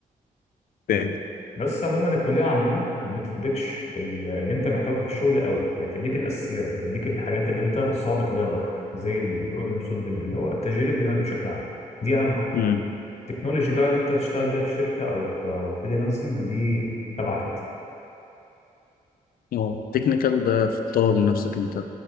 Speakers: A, on the left (about 70°); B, on the left (about 45°).
A: فاهم
B: بس عموما الكلية عندنا ما بتديكش ال- اللي انت محتاجه في الشغل قوي هي بتديك الاساسيات بتديك الحاجات اللي انت صعب تلاقيها بره زي البروبلم سولفنج اللي هو تشغيل الدماغ بشكل عام دي اهم حاجة
A: مم.
B: التكنولوجي بقى اللي انت هتشتغل بيها في شركة او في او فريلانسنج دي تبعك انت
A: اه تكنيكال ده في تطور من نفسك انت